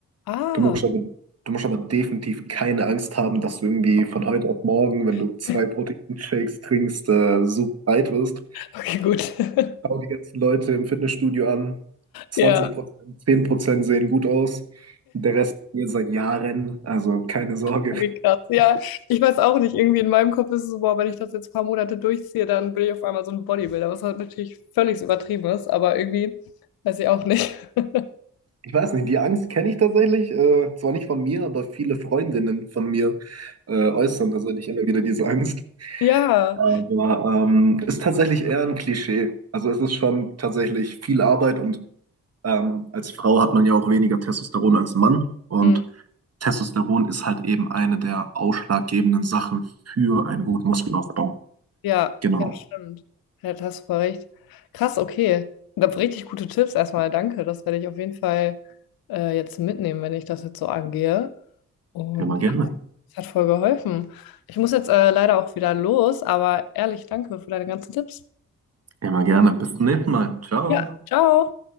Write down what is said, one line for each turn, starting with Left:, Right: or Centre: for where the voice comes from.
Left: Ah,
Right: Du musst aber, du musst aber definitiv keine Angst haben, dass du irgendwie von heute auf morgen, wenn du
Left: <laughs>
Right: zwei Proteinshakes trinkst, äh, super breit wirst.
Left: okay, gut. <laughs>
Right: Schau die ganzen Leute im Fitnessstudio an. Zwanzig
Left: Ja. <laughs>
Right: Prozent, 10% sehen gut aus. Der Rest hier seit Jahren, also keine Sorge.
Left: Irgendwie krass. Ja, ich weiß auch nicht. Irgendwie in meinem Kopf ist es so, boah, wenn ich das jetzt ein paar Monate durchziehe, dann bin ich auf einmal so ein Bodybuilder, was halt natürlich völlig übertrieben ist, aber irgendwie weiß ich auch nicht. <laughs>
Right: Ich weiß nicht, die Angst kenne ich tatsächlich. Äh, zwar nicht von mir, aber viele Freundinnen von mir äh, äußern tatsächlich immer wieder diese Angst.
Left: Ja,
Right: Aber ähm, ist tatsächlich eher ein Klischee. Also es ist schon tatsächlich viel Arbeit und ähm, als Frau hat man ja auch weniger Testosteron als Mann. Und
Left: Hm,
Right: Testosteron ist halt eben eine der ausschlaggebenden Sachen für einen guten Muskelaufbau.
Left: ja,
Right: Genau.
Left: ja, stimmt. Ja, da hast du voll recht. Krass, okay. Und da richtig gute Tipps erstmal. Danke. Das werde ich auf jeden Fall äh, jetzt mitnehmen, wenn ich das jetzt so angehe. Und
Right: Immer
Left: ja,
Right: gerne.
Left: das hat voll geholfen. Ich muss jetzt äh, leider auch wieder los, aber ehrlich, danke für deine ganzen Tipps.
Right: Immer gerne. Bis zum nächsten Mal. Ciao.
Left: Ja, ciao.